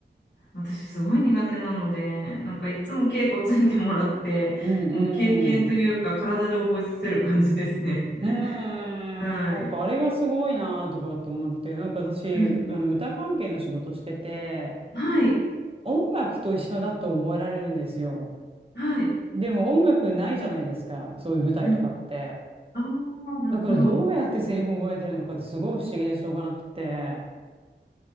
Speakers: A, on the left; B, on the right.
A: 私、すごい苦手なので、なんかいつも稽古ついてもらって、
B: うんうん。
A: もう経験というか、体で覚えさせる感じですね。<laughs>
B: うーん、
A: はい。
B: なんかあれがすごいなとかと思って、なんか私、
A: うん。
B: あの歌関係の仕事してて、
A: はい。
B: 音楽と一緒だと覚えられるんですよ。
A: はい。
B: でも音楽ないじゃないですか、そういう舞台とかって。
A: うん。ああ、なるほど。
B: だからどうやってセリフ覚えてるのかってすごい不思議でしょうがなくて。